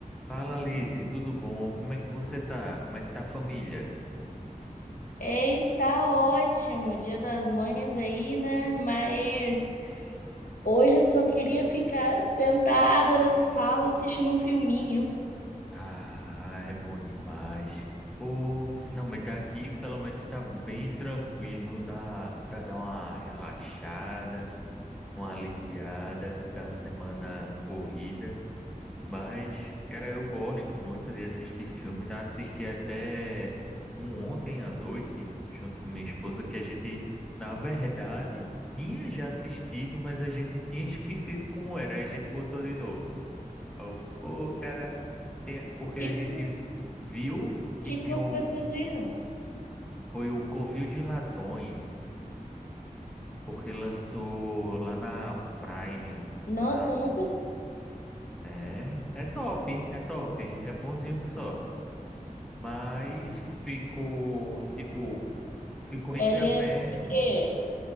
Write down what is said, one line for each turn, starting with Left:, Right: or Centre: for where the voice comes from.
Centre: Fala Alice, tudo bom? Como é que você tá? Como é que tá a família?
Left: Ei, tá ótimo, Dia das Mães aí, né? Mas hoje eu só queria ficar sentada na sala assistindo um filminho.
Centre: Ah, é bom demais. Pô, finalmente aqui pelo menos tá bem tranquilo, dá pra dar uma relaxada, uma aliviada da semana corrida. Mas, cara, eu gosto muito de assistir filme. Já Assisti até um ontem à noite, junto com minha esposa, que a gente, na verdade, tinha já assistido, mas a gente tinha esquecido como era. aí A gente botou de novo. Aí Eu, pô, cara, tem- porque
Left: Que,
Centre: a
Left: fi-
Centre: gente viu que
Left: que
Centre: tem
Left: filme
Centre: o...
Left: que vocês viram?
Centre: foi o Covil de Ladrões, porque lançou lá na Prime.
Left: Nossa,
Centre: Na...
Left: eu nunca.
Centre: É, é top, é top, é bonzinho que só.
Left: Ah,
Centre: Mas ficou, tipo, ficou entreaberto.
Left: ele é sobre o quê?